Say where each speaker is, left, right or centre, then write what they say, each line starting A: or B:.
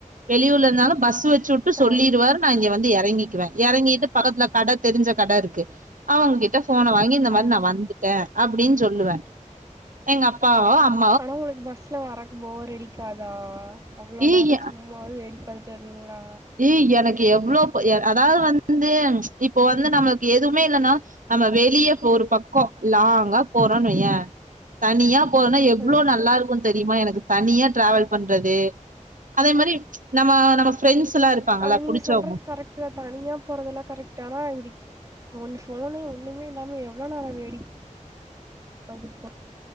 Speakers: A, on the right; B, on the right.
A: வெளியூரலருந்தாலு பஸ் வெச்சுட்டு சொல்லிருவாரு
B: ஆ ஆ
A: நா இங்க வந்து எறங்கிக்குவ எறங்கிட்டு பக்கத்துல கட தெரிஞ்ச கட இருக்கு அவங்கக்கிட்ட ஃபோன வாங்கி இந்த மாரி
B: ஆனா
A: நா வந்துட்டே அப்டின் சொல்லுவே எங்க அப்பாவோ அம்
B: ஆனா உங்களுக்கு பஸ்ல வரக்கு போர் அடிக்காதா அவ்ளோ
A: ஏய்
B: நேர சும் சும்மாவே வேடிக்க பாத்துட்டே வருவீங்ளா
A: எ எனக்கு எவ்ளோ இப்ப எ அதாவ்து வந்து இப்போ வந்து நம்மளுக்கு எதுமே இல்லனா நம்ப வெளிய ஒரு பக்கோ லாங்கா போறோனு வையே தனியா போறோனா எவ்ளோ
B: ஆ
A: நல்லாருக்கு தெரியுமா எனக்கு தனியா டிராவல் பண்றது அதே மாரி நம்ம நம்ம ஃப்ரெண்ட்ஸ் எல்லா இருப்பாங்கல்ல
B: அது நீங்க
A: புடிச்சவங்க
B: சொல்றது கரெக்ட்டு தா தனியா போறதெல்லா க்ரெக்ட்டு ஆனா இப்டி ஒன்னு ஃபோனு ஒன்னுமே இல்லாம எவ்ளோ நேர வேடிக்க பாத்துட்டு போ